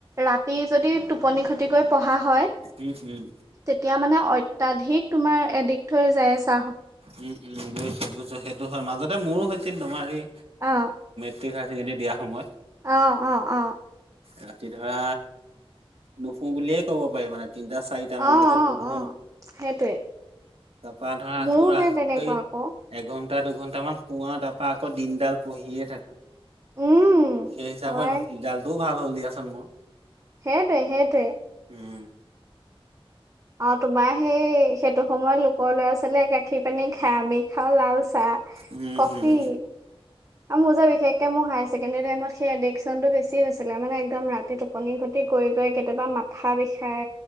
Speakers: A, on the right; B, on the right.
A: ৰাতি যদি টোপনি খতি কৰি পঢ়া হয়
B: উম উম।
A: তেতিয়া মানে অত্তয়াধিক তুমাৰ এডিক্ট হৈ যায় চাহ।
B: উম উম বুজিছো বুজিছো। সেইটো হয় মাজতে মোৰো হৈছিল তোমাৰ এই।
A: অ-
B: ঠিক হাই চেকেণ্ডৰী দিয়া সময়ত।
A: অ, অ, অ-
B: ৰাতি ধৰা নুশুও বুলি এ ক'ব পাৰি মানে। তিনিটা চাৰিটা মানলৈকে
A: অ অ
B: পঢ়োঁ
A: অ সেইটোৱে
B: তাপা ধৰা
A: মোৰো
B: ঔ ৰাক
A: সেই তেনেকুৱা
B: হাই
A: আকৌ
B: একঘণ্টা দুঘন্টা মান শুও আৰু দিন দাল পঢ়িএ থাকো।
A: উম
B: সাই হিচাবত
A: হয়
B: ৰিজাল্টটোও ভাল হ'ল দিয়া চোন মোৰ।
A: সেই টোৱে সেই টোৱে।
B: উম।
A: অ তোমাৰ সেই সেইটো সময়ত লোকৰ ল'ৰা ছোৱালীয়ে গাখীৰ পানী খাই আমি খাওঁ লাল চা তা
B: উম,
A: কফী।
B: উম, উম
A: আৰু মোৰ যে বিশেষকে হাইছেকেণ্ডাৰী টাইমৰ সেই এডিক্ষণ টো বেছি হৈছিল। লে মানে একদম ৰাতি টোপনি খতি কৰিলে কেতিয়াবা মাথা বিষাই।